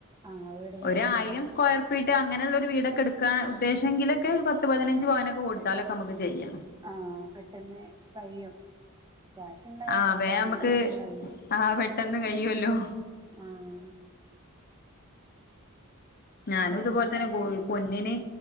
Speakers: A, on the right; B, on the left.
A: ആ വീട് പണി
B: ഒരായിരം
A: ആയിരിക്കും
B: സ്- സ്ക്വയർ ഫീറ്റ് അങ്ങനെള്ളൊരു വീടൊക്കെ ഇട്ക്കാന ഉദ്ദേശെങ്കിലൊക്കെ ഒരു പത്ത്പതിനഞ്ച് പവനൊക്കെ കൊടുത്താലൊക്കമ്മക്ക് ചെയ്യാം.
A: ആഹ് പെട്ടെന്ന് കയ്യും. ക്യാഷ്ണ്ടായാൽ
B: ആഹ്
A: പെട്ടെന്ന്
B: വേം നമുക്ക്
A: വിട്പണീം കയ്യും.
B: ആഹ് പെട്ടെന്ന് കയ്യോലോ
A: ആഹ്
B: ഞാനും
A: തുടങ്ങണം
B: ഇത്പോലത്തന്നെ
A: ഏതായാലും
B: പൊ പൊന്നിന്